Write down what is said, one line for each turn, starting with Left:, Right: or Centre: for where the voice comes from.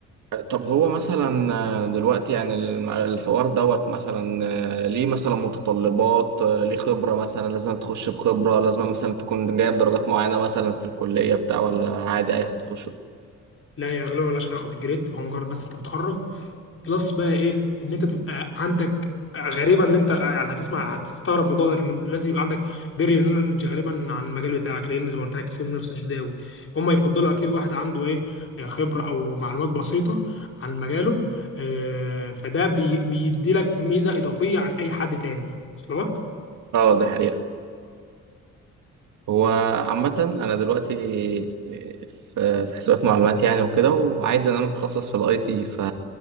Right: آه، طب هو مثلا آه، دلوقتي يعني الم- الحوار دوت مثلا آه، ليه مثلا متطلبات آه، ليه خبرة مثلا لازم تخش بخبرة لازم مثلا تكون جايب درجات معينة مثلا في الكلية بتاع ولا عادي اي حد يخش
Left: لا يا غالبا ملهاش علاقه بالجريد هو مجرد بس انت بتخرج بلس بقى ايه ان انت تبقى عندك غريبه ان انت يعني هتسمع هتستغرب من الموضوع ده لكن لازم يبقى عندك بيرير نولج غالبا عن المجال بتاعك لان زي ما قلت لك في منافسه شديده قوي هم يفضلوا اكيد واحد عنده ايه خبره او معلومات بسيطه عن مجاله آه، فده بي بيدي لك ميزه اضافيه عن اي حد تاني وصل لك
Right: اه ده حقيقة هو عامة أنا دلوقتي في في حسابات معلومات يعني وكده وعايز إن أنا أتخصص في الأي تي ف